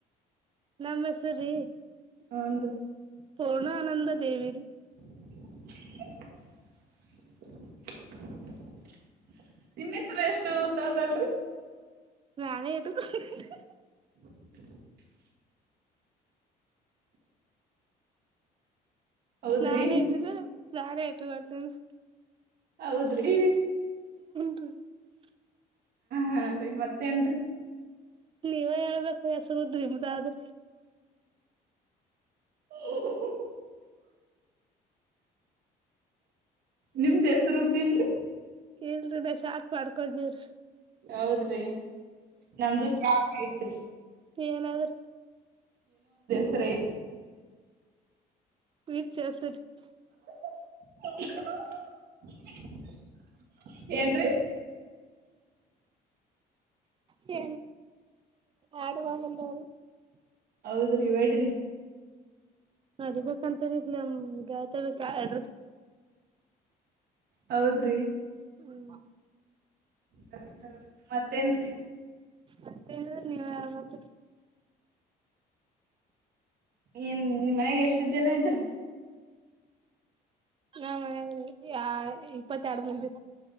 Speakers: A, on the right; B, on the right.
A: ನಮ್ಮ ಹೆಸರಿ
B: ಹಾಂಡ್ರಿ
A: ಪೂರ್ಣ ಆನಂದ ದೇವಿ
B: <unintelligible> ನಿಮ್ಮ ಹೆಸರು ಎಷ್ಟು ಹ ಅದಲ್ರರಿ
A: ನಾನ ಇ <unintelligible>
B: <unintelligible> ಹೌದ್ರಿ
A: ನಾನೇ ಟ್ಟ ನಾನೇ ಟ್ಟು <unintelligible>
B: ಹೌದ್ರಿ
A: ಹ <unintelligible>
B: ಹ ರೀ ಮತ್ತೇ ನ್ರಿ
A: ನೀವೇ ಹೇಳ್ಬೇಕು ಹೆಸರುದ್ರ ನಿಮ್ದಾದ್ರೆ
B: ಹ ನಿಮ್ದ ಹೆಸರುದ ಇಲ್ರಿ
A: ಇಲ್ರರಿ ಬಸ ಆಟ್ ಮಾಡ್ಕೊಂಡ ನೀಿ್ರ
B: ಹೌದ್ರಿ ನಮ್ದು ಶಾರ್ಟ್ ಐತ್ರಿ
A: ಏನಾದ್ರ <unintelligible>
B: ಸರಿೇ <unintelligible>
A: ವಿಚ ಸ <unintelligible>
B: <unintelligible> ಏನ್ ರೀ
A: ನ ಹಡುುವಂದಾರ <unintelligible>
B: ಹೌದ್ರಿ ವಡ್ರಿ
A: ಅದಬೇಕಂತರಿದ್ ನಮ್ ಗಗೆಳ್ತ ಬ <unintelligible>
B: ಹೌದ್ರಿ
A: ಹ್ಮ್
B: ಹ ಮತ್ತೇನ್ರಿ
A: ಮತ್ತೆ ನೀವೇ ಹೇಳ್ಬೇಕು
B: ಏನ್ ನಿ ಮನೆಗೆ ಎಷ್ಟು ಜನ ಇದ್ರ
A: ನಾ ಮನ ಇಪ್ಪತ್ತ ಎರಡು ಮಂದಿ